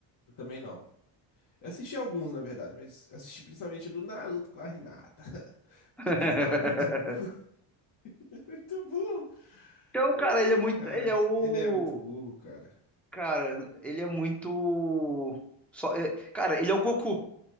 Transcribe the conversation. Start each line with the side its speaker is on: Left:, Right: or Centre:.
Left: Eu também não. Eu assisti alguns, na verdade, mas assisti principalmente o do Naruto com a Hinata. <laughs>
Centre: <laughs>
Left: Filho da puta, burro. <laughs> Muito burro.
Centre: Então,
Left: Ai,
Centre: cara, ele é muito.
Left: cara.
Centre: Ele é o.
Left: Ele é muito burro, cara.
Centre: Cara, ele é muito. Só, é- Cara, ele é o Goku.